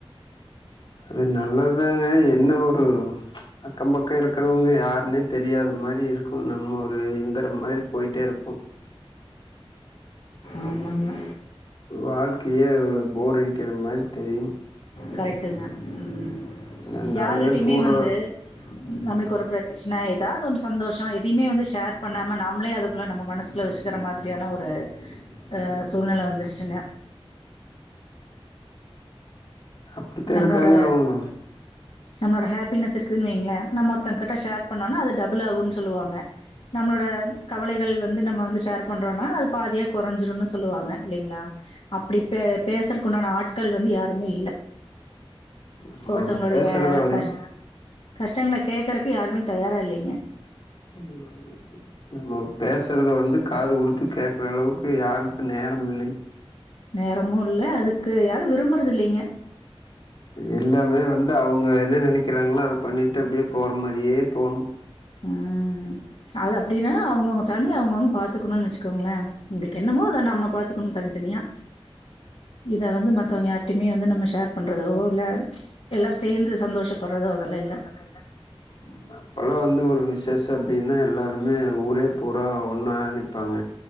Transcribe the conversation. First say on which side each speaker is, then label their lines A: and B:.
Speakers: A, on the left; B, on the left.
A: அது நல்லத் தாங்க என்ன ஒரு அக்கம் பக் கோ இருக்கறவ்ங்க யார்ன்னே தெரியாத மாரி இருக்கு நம்ம ஒரு எந்திரம் மாரி போயிட்டே இருப்போ
B: ஆமாங்க
A: வாழ்க்கையே போர் அடிக்கிற மாரி தெரியும்
B: கரெக்ட்டுங்க ம்
A: நா நாலு
B: யார்கிட்டயுமே
A: பேர்த்து கூட
B: வந்து நம்மளுக்கு ஒரு பிரச்சன எதாவ்து ஒன்னு சந்தோஷோ எதைமே வந்து ஷேர் பண்ணாம நாம்ளே அதுக்குள்ள நம்ம மனசு குள்ள வெச்சுக்கிற மாதிரியான ஒரு அ சூழ்நில வந்துருச்சுங்க
A: அப்படித்தான்
B: நம்ளோட
A: இருக்காங்க அவங்க.
B: நம்ளோட ஹேப்பினஸ் இருக் குதுன் வெய்ங்ளே நம்ம ஒருத்தங் கிட்ட ஷேர் பண்ணோன்னா அது டபுள் ஆகுன் சொல்லுவாங்க நம்ளோட கவலைகள் வந்து நம்ம வந்து ஷேர் பண்றோனா அது பாதியா கொறஞ்சிருன்னு சொல்லுவாங்க இல்லைங்ளா அப்பிடி பே பேசறக்குண்டான ஆட்கள் வந்து யாருமே இல்ல
A: நம்ம
B: ஒருத்தவ்ங்ளுடைய
A: பேசுறத வந்து
B: கஷ் கஷ்டங்கள கேக்கறக்கு யாருமே தயாரா இல்லீங்க
A: அங்க நம்ம பேசறத வந்து காது குடுத்து கேக்கறளவுக்கு யாருக்கு நேரம் இல்லீங்
B: நேரமு இல்ல அதுக்கு யாரு விரும்பறதில்லீங்க
A: எல்லாமே வந்து அவுங்க என்ன நெனைக்கறாங்ளோ அத பண்ணிட்டு அப்டியே போற மாரியே போணு
B: ம் அது அப்டின்னானா அவுங்கவுங்க ஃபேமிலிய அவுங்கவுங் பாத்துக்கணுன் வெச்சுக் கோங்ளே உங்களுக் என்னமோ அத நம்ம பாத்துக்கணு தனி தனியா இத வந்து மத்தவங்க யார்ட்டையுமே வந்து நம்ம ஷேர் பண்ணுறதோ இல்ல எல்லோரு சேர்ந்து சந்தோஷப்படுறதோ அதெல்லா இல்ல
A: சமையல்ல அப்பலா வந்து ஒரு விசேஷோ அப்டின்னா எல்லாருமே ஊரே பூரா ஒன்னா நிப்பாங்க